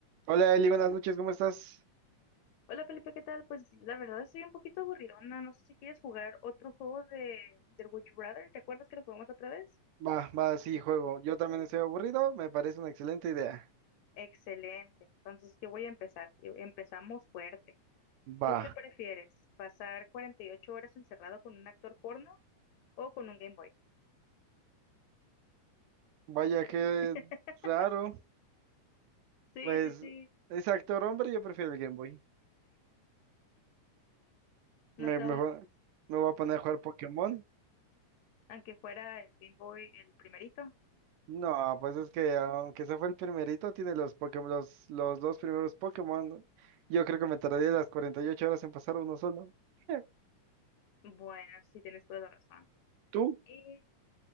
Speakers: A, on the right; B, on the left.
A: Hola Eli, buenas noches, ¿cómo estás?
B: Hola Felipe, ¿qué tal? Pues la verdad estoy un poquito aburridona. No sé si quieres jugar otro juego de del Would You Rather. ¿Te acuerdas que lo jugamos la otra vez?
A: Va, va, sí, juego. Yo también estoy aburrido, me parece una excelente idea.
B: Excelente. Entonces yo voy a empezar. y Empezamos fuerte.
A: Va,
B: ¿Tú qué prefieres? ¿Pasar 48 horas encerrado con un actor porno o con un Game Boy?
A: vaya qué
B: <laughs>
A: raro.
B: Sí,
A: Pues
B: sí, sí.
A: es actor hombre, yo prefiero el Game Boy. Me,
B: No te
A: me,
B: aburres.
A: va- me voy a poner a jugar Pokémon.
B: Aunque fuera el Game Boy el primerito.
A: No, pues es que aunque ese fue el primerito, tiene los Pokémon, los, los dos primeros Pokémon. Yo creo que me tardaría las 48 horas en pasar uno solo. <laughs>
B: Bueno, sí tienes toda la razón.
A: ¿Tú?
B: Y